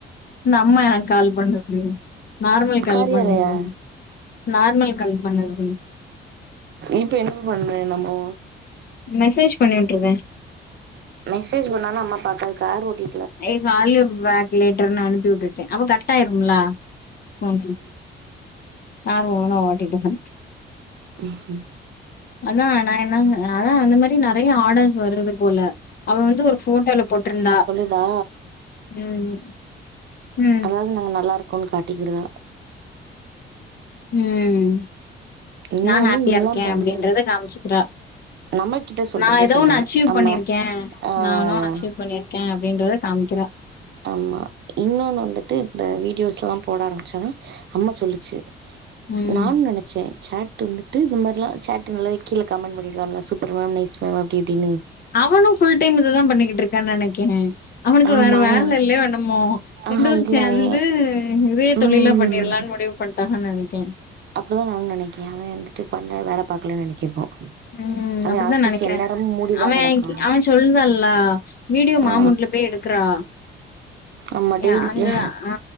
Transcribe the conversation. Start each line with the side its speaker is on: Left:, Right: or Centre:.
Left: என்ன அம்மா எனக்கு கால் பண்ணுது நார்மல் கால்
Right: காரியாலயா
Left: பண்ணுது நார்மல் கால் பண்ணுது
Right: இப்ப என்ன பண்ண நம்மோ
Left: மெசேஜ் பண்ணி உட்டுருவ
Right: மெசேஜ் பண்ணாளு அம்மா பாக்காது கார் ஓட்டி
Left: ஐ கால் யூ பேக் லேட்டர்னு அனுப்பி விட்டுட்டே அப்ப கட் ஆயிரும்ல போனு யார் ஒழுங்கா ஓட்டிட்டு
Right: <unintelligible> ம்
Left: அதா நா என்னாங் அதா அந்த மாரி நெறையா ஆர்டர்ஸ் வருது போல அவ வந்து ஒரு ஃபோட்டோல போட்ருந்தா
Right: தா
Left: ம் ம்
Right: அதாவது நாங்க நல்லாருக்கோன்னு காட்டிக்கிடுதா
Left: ம்
Right: இன்னொன்னு
Left: நா ஹாப்பியா
Right: இதெல்லா
Left: இருக்கே
Right: பண்ற
Left: அப்டின்றத காம்ச்கிறா
Right: நம்ம கிட்ட சொல்றத
Left: நா ஏதோ
Right: சொல்ற
Left: ஒன்னு அச்சீவ்
Right: நம்ம
Left: பண்ணிருக்கே
Right: ஆ
Left: நானு அச்சீவ் பண்ணிருக் க்கே அப்டின்றத காம்க்கிறா
Right: அம்மா இன்னொன்னு வந்துட்டு இந்த வீடியோஸ்லா போட ஆரம்பிச்சோன்னே அம்மா சொல்லுச்சு
Left: ம்
Right: நான் நென ச்சே சாட்டு வந்துட்டு இந் மாரிலா சேட்டு நல்லது கீழ கமெண்ட் பண்ணிருக்காங்கலா சூப்பர் மேம் நைஸ் மேம் அப்டி இப்டின்னு
Left: அவனு ஃபுல் டைம் இததா பண்ணிக்கிட்டுருக்கா நெனைக்கே அவனுக்கு
Right: ஆமா
Left: வேற
Right: அவன்
Left: வேல இல்லயோ என்னமோ
Right: ஆஹா
Left: ரெண்டு பேரு
Right: இல்ல
Left: சேந்து
Right: அவன்
Left: இதயே
Right: ம்.
Left: தொழிலா பண்ணிட்லான் முடிவு பண்ட்டாங்க நெனைக்கே
Right: அப்டிதா நானு நெனைக்கே அவேன் வந்துட்டு பண்ணைல வேல பாக்கலன் நெனைக்கே இப்போ
Left: ம்
Right: அவன்
Left: அப்டித்தா
Right: ஆஃபீஸ்
Left: நெனைக்கிறே
Right: எந்நேரமும் மூடிதான்
Left: அவேன்
Right: கெடக்கான்.
Left: அவேன் சொல்தான்ல்லா வீடியோ
Right: ஆ.
Left: மாமூண்ட்ல போய் எடு க்றா
Right: ஆமா
Left: ய
Right: டெய்லி
Left: அங்க ஆ